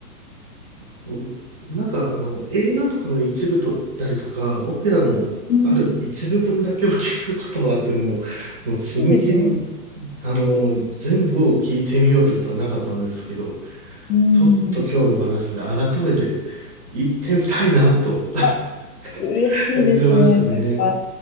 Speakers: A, on the right; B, on the left.
A: <laughs> こうなんかあの映画とかの一部だったりとか、オペラのある一部分だけを聞くことはあっても、
B: うん、
A: その真剣に
B: そうですよね。
A: あの全部を聞いてみようということはなかったんですけど、
B: うん。
A: ちょっと今日のお話で改めて行ってみたいなと <laughs>
B: あ、嬉しいですね、
A: 感じましたね。
B: それは。